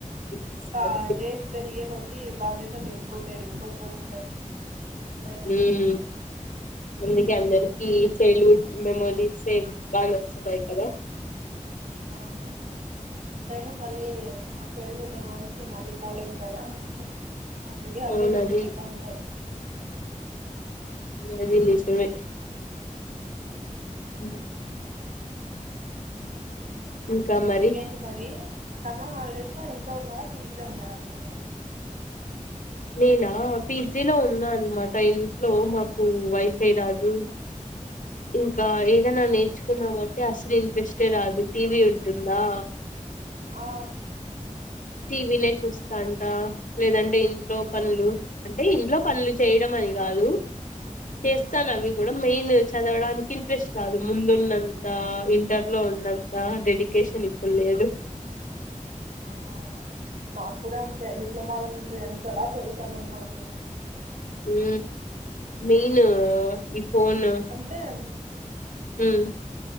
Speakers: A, on the left; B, on the right.
A: తీసేసుకోవచ్చు
B: ఇంక డేస్ పెరిగే కొద్దీ బాధ్యతలు ఎక్కువ పెరిగిపోతూ ఉంటాయి మన పై
A: ఉమ్ అందుకె అందరికిీ చైల్డ్హుడ్ మెమోరీస్ ఏ బాగా నచ్చతాయికదా
B: అవును ఎంతైనా మళ్ళీ ఆ చైల్డ్హుడ్ మెమోరీస్ కి మళ్ళీ పోలేం కదా అందుకి అవే
A: అవునది
B: గుర్తుకొస్త ఉంటాయి.
A: అవ్ అది నిజమే
B: హ్మ్.
A: <unintelligible> ఇంకా మరి
B: ఇంకేంటి మరి సమర్ హాలిడేస్ లో ఇంట్లో ఉన్నారా పీజీ లో ఉన్నార మీరు
A: నేనా పీజీలో ఉన్నా అనమాట ఇంట్లో మాకు వైఫే రాదు. ఇంకా
B: ఆ
A: ఏదైనా
B: సేమ్
A: నేర్చుకున్నామంటే అసలు ఇంట్రెస్టే రాదు టీవీ ఉంటుందా
B: ఆ
A: టీవీ నే చూస్తాంట లేదంటే ఇంట్లో
B: ఆ
A: పనులు అంటే ఇంట్లో పనులు చేయడం అని కాదు చేస్తాను
B: ఆ
A: అవి కూడా మెయిన్ చదవడానికి ఇంట్రెస్ట్ రాదు ముందున్నంత, ఇంటర్ లో ఉన్నంత ఆ డెడికేషన్ ఇప్పుడు లేదు
B: ఆ మాకు కూడా అంతే డిప్లొమాల ముందు ఎంతలా చదువుతానమ్ అసలు
A: ఊ మెయిన్ ఈ ఫోను
B: టం
A: ఉ